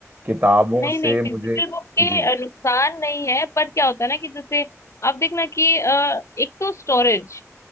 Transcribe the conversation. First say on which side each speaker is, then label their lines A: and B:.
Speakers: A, on the right; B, on the left.
A: किताबों
B: नहीं
A: से
B: नहीं फिजिकल
A: मुझे
B: बुक के
A: जी
B: अ, नुकसान नहीं है पर क्या होता है ना कि जैसे आप देखना कि अ, एक तो स्टोरेज